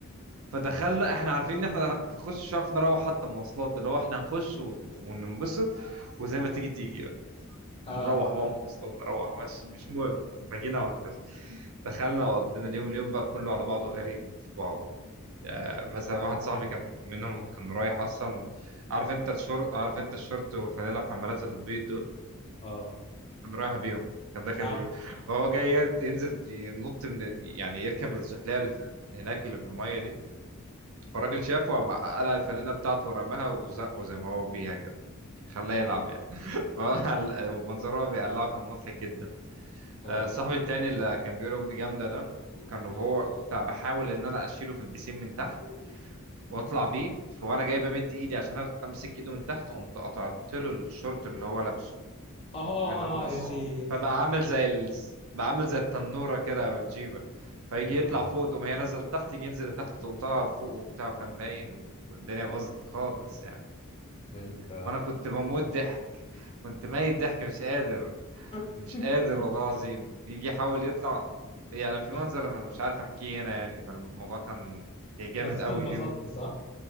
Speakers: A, on the right; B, on the left.
A: فدخلنا احنا عارفين ان احنا هنخش مش عارف نروح حتى مواصلات اللي هو احنا هنخش ون- وننبسط وزي ما تيجي تيجي
B: اه
A: نروح بقى مواصلات نروح بس مش مهم احنا جينا وهنخس دخلنا وقضينا اليوم اليوم بقى كله على بعضه غريب في بعضه آه مثلا واحد صاحبي كان منهم كان رايح اصلا عارف انت الشورت عارف انت الشورت والفانيله بحمالات البيض دول
B: اه
A: كان رايح بيهم كان داخل
B: نعم
A: بيهم فهو جاي ير- ينزل ينط من يعني يركب الزحليقه اللي, في... اللي هناك اللي بالميه دي فالراجل شافه وقام قلع الفانيله بتاعته ورماها وزقه زي ما هو بيها كده خلاه
B: واو
A: يلعب يعني <laughs> فمنظره بيقلعه كان مضحك جدا
B: واو
A: آه، صاحبي التاني اللي كان بيقول امي جامده ده كان وهو كنت بحاول ان انا اشيله في البسين من تحت واطلع بيه فوانا جاي بمد ايدي عشان أ- امسك ايده من تحت قمت قطعت له الشورت اللي هو لابسه
B: اه
A: من النص
B: يا سيدي
A: فبقى عامل زي ال... بقى عامل زي التنوره كده او الجيبه فيجي
B: يا
A: يطلع
B: نهار
A: فوق
B: أسود.
A: تقوم هي نازله لتحت يجي ينزل لتحت تقوم طالعه فوق وبتاع وكان باين و... والدنيا باظت خالص يعني
B: يعني انت
A: وانا كنت بموت ضحك كنت ميت ضحك مش قادر
B: <laughs>
A: مش قادر والله العظيم يجي يحاول يطلع يعني في
B: ب-
A: منظر انا مش عارف احكيه هنا يعني فالموضوع كان كان جامد
B: بس
A: قوي
B: انت اتبسطت
A: اليوم
B: صح؟